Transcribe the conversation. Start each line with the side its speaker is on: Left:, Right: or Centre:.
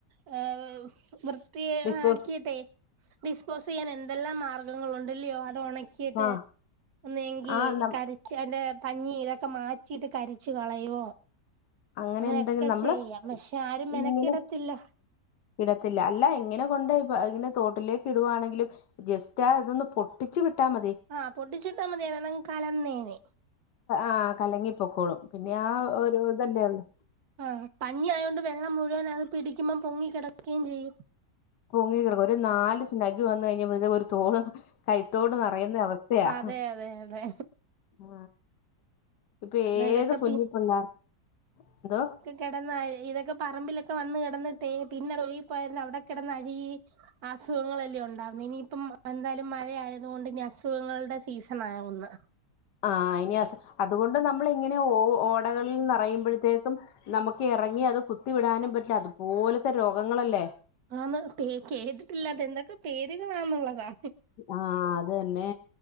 Right: ഹ വൃത്തിയ
Left: ഡിസ്പോസ്
Right: ആക്കിട്ടെ.. ഡിസ്പോസ് ചെയ്യാൻ എന്തെല്ലാം മാർഗങ്ങള ഉണ്ടല്ലയോ അത് ഉണക്കിയിട്ട്
Left: ആഹ്
Right: ഒന്ന് എങ്കി
Left: ആഹ് നം
Right: കരി.. അതിന്റെ പഞ്ഞി ഇതൊക്കെ മാറ്റിയിട്ട് കരിച്ച് കളയോ..
Left: അങ്ങനെ
Right: അങ്ങനൊക്കെ
Left: എന്തെങ്കിലും നമ്മള്
Right: ചെയ്യാം പക്ഷെ ആരും മെനക്കിടത്തില്ല..
Left: ഇങ്ങനെ ഇടത്തില്ല അല്ല ഇങ്ങനെ കൊണ്ട് ഇ ഇങ്ങനെ തോട്ടിലേക്ക് ഇടുകവായാണെങ്കിലും.. ജസ്റ്റ് ആ ഇതൊന്ന് പൊട്ടിച്ചു വിട്ടാ മതി.
Right: ആഹ് പൊട്ടിച്ചിട്ടാമ്മതി അതെന്നെ കലം നേനി..
Left: ആ കലങ്ങി പൊക്കോളും പിന്നെ ആ ഒരു ഇതല്ലേ ഉള്ളൂ,
Right: ആഹ പഞ്ഞിയ ആയോണ്ട് വെള്ളം മുഴുവന അത് പിടിക്കുമ്പം പൊങ്ങി കിടക്കുകയും ചെയ്യും.
Left: പൊങ്ങി കിടക്കും ഒരു നാല് സ നഗി വന്നു കഴിഞ്ഞ്പഴത്തേ ഒരു തോള്.. കൈത്തോട് നിറയുന്ന അവസ്ഥയാ
Right: അതെ അതെ അതെ
Left: ആ.. ഇപ്പൊ
Right: എന്നാ
Left: ഏത
Right: ഇതൊക്കെ
Left: കുഞ്ഞി പിള്ളേർ ഏതോ..
Right: കിടന്നയി ഇതൊക്കെ പറമ്പിലൊക്കെ വന്ന് കിടന്നിട്ട് പിന്നെ അത് ഒഴിപ്പോയ ന്ന അവിടെ കിടന്ന് അഴുകി.. അസുഖങ്ങളല്ലേ ഉണ്ടാവുന്ന ഇനിയിപ്പം എന്തായാലും മഴ ആയതുക കൊണ്ട് ഇനി അസുഖങ്ങളുടെ സീസൺ ആകുന്നു..
Left: ആ ഇനി അസു അതുകൊണ്ട് നമ്മൾ ഇങ്ങനെ ഓ ഓടകളിൽന്ന്റയുമ്പോഴത്തേക്കും.. നമുക്ക് ഇറങ്ങി അത് കുത്തി വിടാനും പറ്റില്ല അതുപോലത്തെ രോഗങ്ങളല്ലേ.
Right: ആന്ന് പ കേട്ടിട്ടില്ല അത എന്തൊക്കെ പേരുകളാന്നുള്ളതാ..
Left: ആഹ അത് തന്നെ